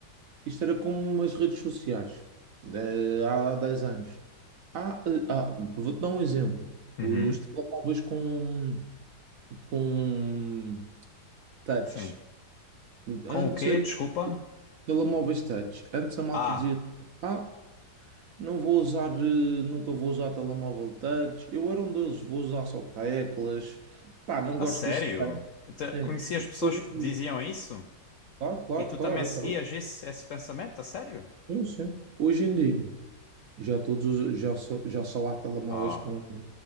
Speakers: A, on the right; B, on the left.
A: isto era como as redes sociais, eh, há 10 anos. Ah, eh, ah, vou-te dar um exemplo. Os
B: Uhum,
A: telemóveis com, com touch.
B: sim. Com
A: Antes
B: o quê? Desculpa?
A: Telemóveis touch. Antes a malta
B: Ah,
A: dizia: Ah, não vou usar, eh, nunca vou usar telemóvel touch. Eu era um deles, vou usar só teclas. Pá, não
B: a
A: gosto
B: sério?
A: desse touch.
B: Eu te-
A: Sim.
B: Conheci as pessoas
A: Hoje
B: que diziam
A: em dia,
B: isso?
A: claro, claro,
B: E tu
A: claro.
B: também seguias
A: então,
B: esse, esse pensamento? A sério?
A: Sim, sim. Hoje em dia, já todos os- já só, já só há telemóveis
B: Ah,
A: com,